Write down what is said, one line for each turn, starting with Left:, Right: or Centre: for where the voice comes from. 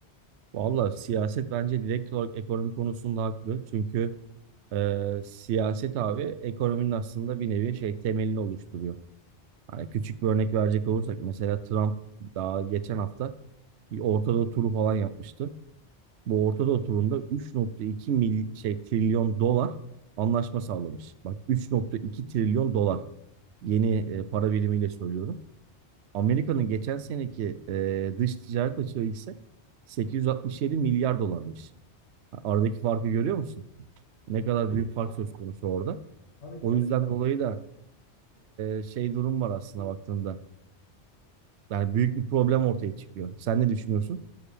Right: Valla siyaset bence direkt olarak ekonomi konusunda haklı. Çünkü e, siyaset abi ekonominin aslında bir nevi şey temelini oluşturuyor. Hani küçük bir örnek verecek olursak mesela Trump daha geçen hafta bir Orta Doğu turu falan yapmıştı. Bu Orta Doğu turunda 3.2 mil, şey trilyon dolar anlaşma sağlamış. Bak 3.2 trilyon dolar yeni e, para birimiyle söylüyorum. Amerika'nın geçen seneki e, dış ticaret açığı ise 867 milyar dolarmış. Aradaki farkı görüyor musun? Ne kadar büyük fark
Left: Ya,
Right: söz konusu orada.
Left: Tabii
Right: O
Left: ki.
Right: yüzden dolayı da e, şey durum var aslında baktığında. Yani büyük bir problem ortaya çıkıyor. Sen ne düşünüyorsun?